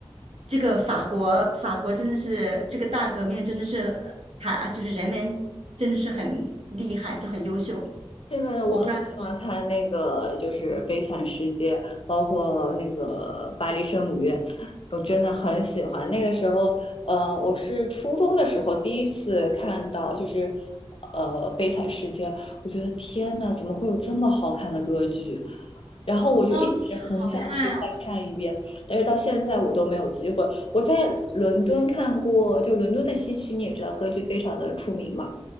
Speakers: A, on the right (about 85°); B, on the left (about 60°).
A: 这个法国法国真的是这个大革命真的是还就是人们真的是很厉害，就很优秀，
B: 这个我很喜欢看那个，
A: 我不知道怎么去，
B: 就是《悲惨世界》，包括那个《巴黎圣母院》，我真的很喜欢。那个时候，呃，我是初中的时候第一次看到，就是呃《悲惨世界》，我觉得天呐，怎么会有这么好看的歌剧？然后我就一直很想去再看一遍，
A: 超级好看，我
B: 但是到现在我都没有机会。我在伦敦看过，就伦敦的西区，你也知道，歌剧非常的出名嘛。